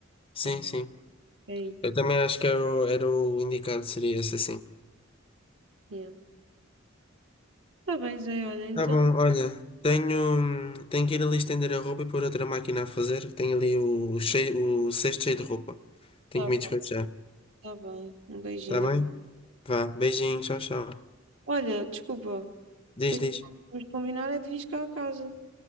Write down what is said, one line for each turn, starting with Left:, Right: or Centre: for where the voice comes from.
Left: Sim,
Right: Acho que
Left: sim.
Right: é isso.
Left: Eu também acho que era o, era o indicado, seria esse assim.
Right: Yeah. Tá bem, Zé, olha, então.
Left: Tá bom, olha, tenho, tenho que ir ali estender a roupa e pôr outra máquina a fazer, que tem ali o, cheio, o cesto cheio de roupa. Tenho
Right: Tá,
Left: que
Right: bem,
Left: me despachar,
Right: tá bem. Um beijinho.
Left: tá bem? Vá, beijinho, tchau, tchau.
Right: Olha, desculpa.
Left: Diz,
Right: Depois
Left: diz.
Right: vamos combinar é de vir cá a casa.